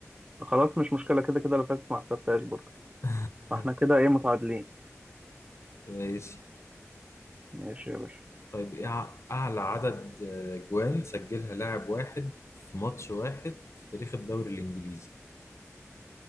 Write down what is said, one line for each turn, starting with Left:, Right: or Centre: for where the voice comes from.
Right: خلاص مش مشكلة كده كده اللي فاتت ما حسبتهاش برضه
Left: <laughs>
Right: فاحنا كده ايه متعادلين
Left: ماشي
Right: ماشي يا باشا
Left: طيب ايه أع- اعلى عدد آه، جوان سجلها لاعب واحد في ماتش واحد في تاريخ الدوري الانجليزي